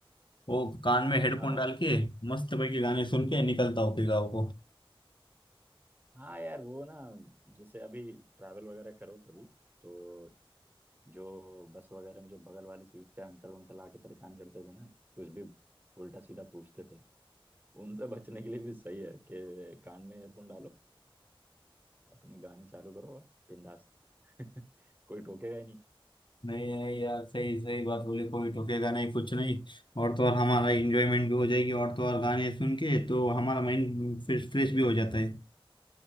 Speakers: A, on the left (about 55°); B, on the right (about 20°).
A: वो कान में हेडफोन
B: हाँ हाँ
A: डाल के मस्त पैकी गाने सुन के निकलता हूँ फिर गाँव को
B: हाँ यार वो ना जैसे अभी ट्रैवल वगैरह करो कभी तो जो बस वगैरह में जो बगल वाली सीट पे अंकल वंकल आके परेशान करते थे ना कुछ भी उल्टा सीधा पूछते थे उनसे बचने के लिए भी सही है कि कान में ईयरफोन डालो अपने गाने चालू करो और बिंदास <laughs> कोई टोकेगा ही नहीं
A: नहीं नहीं यार सही सही बात बोली कोई टोकेगा नहीं कुछ नहीं और तो और हमारा इंजॉयमेंट भी हो जाएगी और तो और गाने सुन के तो हमारा माइंड फिर फ्रेश भी हो जाता है